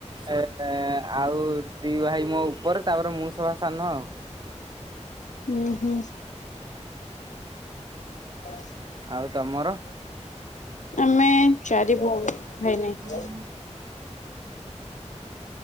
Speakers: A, on the right; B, on the left.
A: ଏ ଆଉ ଦି ଭାଇ ମୋ ଉପରେ ତାପରେ ମୁଁ ସଭା ସାନ
B: ହୁଁ ହୁଁ। ହ।
A: ଆଉ ତମର।
B: ଆମେ ଚାରି ଭଉଣୀ ଭାଇ ନାଇଁ।
A: ହ।